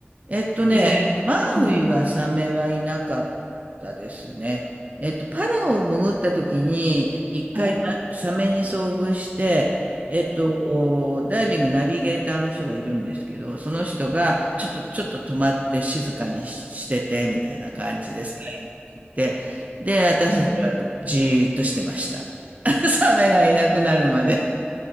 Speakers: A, on the right; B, on the right.
A: えっとね、
B: うじゃないですか。
A: マウイはサメはいなかったですね。
B: うん。
A: えっと、パラオを潜った時に、一回まサメに遭遇して、
B: はい。
A: えっと、ダイビングナビゲーターの人がいるんですけど、その人が、ちょっと、ちょっと止まって静かにし、してて、みたいな感じでさ、言って、で、私たちはじーっとしてました。
B: はい。
A: <laughs> サメがいなくなるまで。